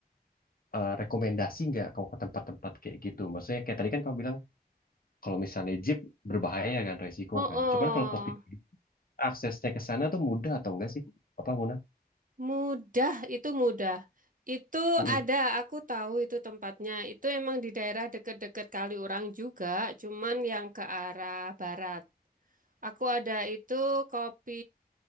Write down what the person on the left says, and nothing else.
eh, rekomendasi nggak kalau ke tempat-tempat kayak gitu? Maksudnya kayak tadi kan kamu bilang kalau misalnya jeep berbahaya kan resiko
kan.
Cuman kalau kopi aksesnya ke sana tuh mudah atau enggak sih? Apa Muna?
Mm-mm.